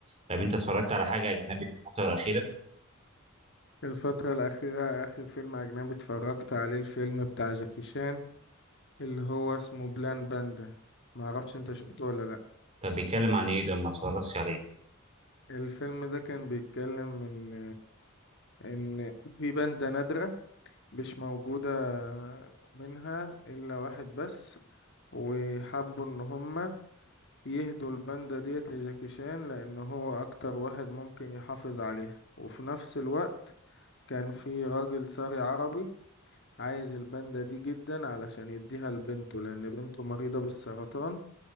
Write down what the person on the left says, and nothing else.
الفتره الاخيره اخر فيلم اجنبي اتفرجت عليه الفيلم بتاع جاكي شان اللي هو اسمه بلان باندا ما اعرفش انت شفته ولا لا
الفيلم ده كان بيتكلم ان ان في باندا نادره مش موجوده منها إلا واحد بس وحبوا ان هما يهدوا الباندا ديت لجاكي شان لان هو اكتر واحد ممكن يحافظ عليها وفي نفس الوقت كان في راجل ساري عربي عايز الباندا دي جدا علشان يديها لبنته لان بنته مريضة بالسرطان